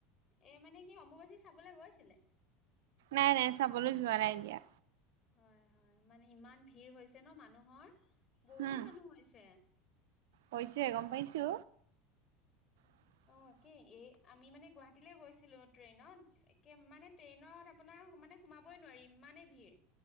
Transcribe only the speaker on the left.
এ মানে কি অম্বুবাচী চাবলে গৈছিলে।
হয় হয় মানে ইমান ভিৰ হৈছে ন মানুহৰ বহুত
মানুহ হৈছে।
তাকে এই আমি মানে গুৱাহাটীলৈ গৈছিলো ট্ৰেইনত একে মানে ট্ৰেইনত আপোনাৰ মানে সোমাবই নোৱাৰি ইমানেই ভিৰ